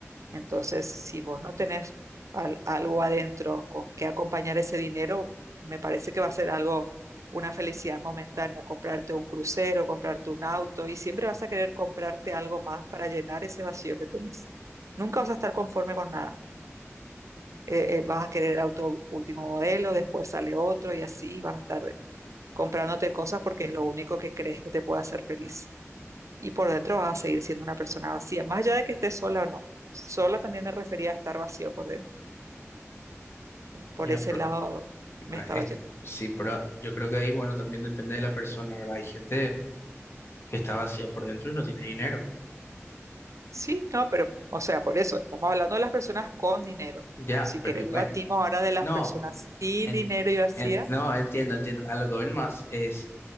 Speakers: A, on the right; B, on the left.
A: entonces, si vos no tenés al- algo adentro con qué acompañar ese dinero, me parece que va a ser algo, una felicidad momentánea, comprarte un crucero, comprarte un auto, y siempre vas a querer comprarte algo más para llenar ese vacío que tenés. Nunca vas a estar conforme con nada. Eh, eh, vas a querer el auto último modelo, después sale otro y así vas a estar comprándote cosas porque es lo único que crees que te puede hacer feliz y por dentro vas a seguir siendo una persona vacía, más allá de que estés sola o no. Sola también me refería a estar vacío por dentro.
B: Ya,
A: Por ese
B: pero,
A: lado me
B: ah,
A: estaba
B: es-
A: yendo.
B: sí, pero yo creo que ahí, bueno, también depende de la persona, ¿verdad? Hay gente que está vacía por dentro y no tiene dinero.
A: Sí, no, pero, o sea, por eso, estamos hablando de las personas con dinero.
B: Ya,
A: Si
B: pero
A: quieres,
B: igual,
A: debatimos ahora de las
B: no,
A: personas sin
B: en-
A: dinero y vacía.
B: en- no, entiendo, entiendo. A lo que voy más es